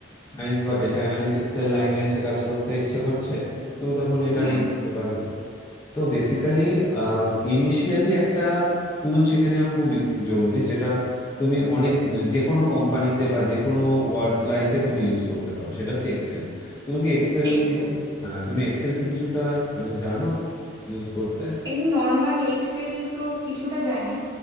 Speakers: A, on the left; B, on the right.
A: সায়েন্স বা ডেটা অ্যানালিটিক্স এর লাইনে এসে কাজ করতে ইচ্ছে করছে তুমি তখন এটা
B: হুম
A: নিয়ে করতে পারবে তো বেসিক্যালি ইনিশিয়ালি একটা টুল শিখে নেওয়া খুবই জরুরি যেটা তুমি অনেক যে কোনো কোম্পানিতে বা যে কোনো ওয়ার্ক লাইফে তুমি ইউজ করতে পারো সেটা হচ্ছে এক্সেল তুমি কি এক্সেল
B: এক্সেল
A: কিছু হ্যাঁ তুমি এক্সেল কি কিছুটা মানে জানো ইউজ করতে
B: এমনি নর্মাল এক্সেল তো কিছুটা জানি